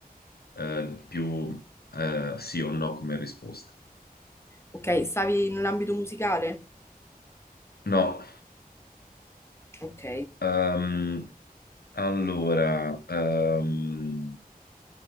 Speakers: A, on the left; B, on the left.
A: eh, più eh, sì o no come risposta.
B: Ok, stavi nell'ambito musicale?
A: No,
B: Ok.
A: ehm, allora, ehm,